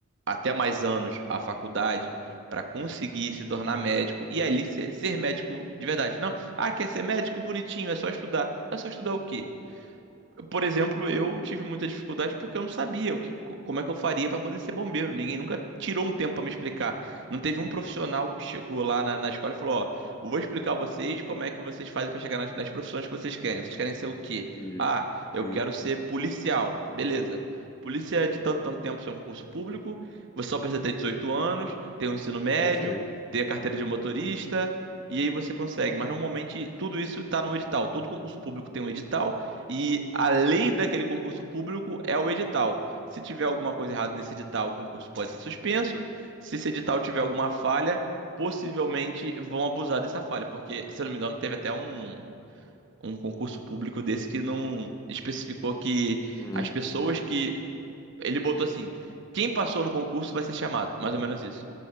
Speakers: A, on the right (about 55°); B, on the left (about 15°).
A: até mais anos a faculdade para conseguir se tornar médico e ali ser, ser médico de verdade. Não, ah, quer ser médico? Que Bonitinho, é só estudar. É só estudar o quê? Por exemplo, eu tive muita dificuldade porque eu não sabia o que, co- como é que eu faria para poder ser bombeiro. Ninguém nunca tirou um tempo para me explicar. Não teve um profissional que chegou lá na, na escola e falou: Ó, eu vou explicar a vocês como é que vocês fazem para chegar nas, nas profissões que vocês querem. Vocês querem ser o quê?
B: Isso.
A: Ah, eu
B: Isso.
A: quero ser policial. Beleza. Polícia é de tanto, tanto tempo, isso é um concurso público. Você só precisa ter 18 anos, ter um ensino médio,
B: Perfeito.
A: ter a carteira de motorista. E aí você consegue, mas normalmente tudo isso está no edital. Todo concurso público tem um edital e a lei daquele concurso público é o edital. Se tiver alguma coisa errada nesse edital, o concurso pode ser suspenso. Se esse edital tiver alguma falha, possivelmente vão abusar dessa falha, porque, se eu não me engano, teve até um, um concurso público desse que não especificou que
B: Hum.
A: as pessoas que ele botou assim: quem passou no concurso vai ser chamado, mais ou menos isso.